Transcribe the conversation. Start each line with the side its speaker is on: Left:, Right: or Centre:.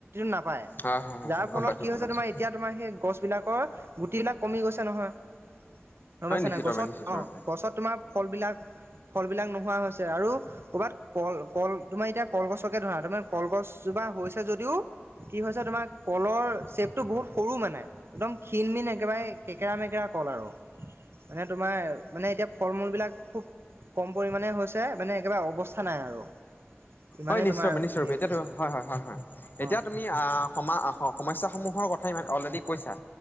Right: নাপায়,
Left: হয় হয় হয়
Right: যাৰ
Left: গম
Right: ফলত
Left: পাইছো
Right: কি
Left: গম
Right: হৈছে
Left: পাইছো
Right: তোমাৰ এতিয়া তোমাৰ আমাৰ সেই গছ বিলাকৰ গুটি বিলাক কমি গৈছে নহয়। গম
Left: হয়
Right: পাইছা
Left: নিশ্চিতৰূপে
Right: নাই, গছত
Left: নিশ্চিতৰূপে
Right: অ', গছত তোমাৰ ফলবিলাক, ফলবিলাক নোহোৱা হৈছে আৰু ক'ৰবাত কল কল তোমাৰ এতিয়া কলগছকে ধৰা, তোমাৰ এতিয়া কলগছজোপা হৈছে যদিও কি হৈছে তোমাৰ, কলৰ শ্বেপটো বহুত সৰু মানে। একদম ক্ষীণ-মিন একেবাৰে কেকেৰা-মেকেৰা কল আৰু। মানে তোমাৰ মানে, এতিয়া ফল-মূল বিলাক খুব কম পৰিম পৰিমানে হৈছে, মানে একেবাৰে অৱস্থা নাই আৰু। ইমানেই
Left: হয় নিশ্চয়ৰূপে,
Right: তোমাৰ
Left: নিশ্চয়ৰূপে,
Right: হেৰি
Left: এতিয়া
Right: হৈছে
Left: ধ- হয়, হয়, হয়, এতিয়া
Right: অ
Left: তুমি আ, সমা- আ, সমস্যাসমূহৰ কথা ইমান, অলৰেডি কৈছা,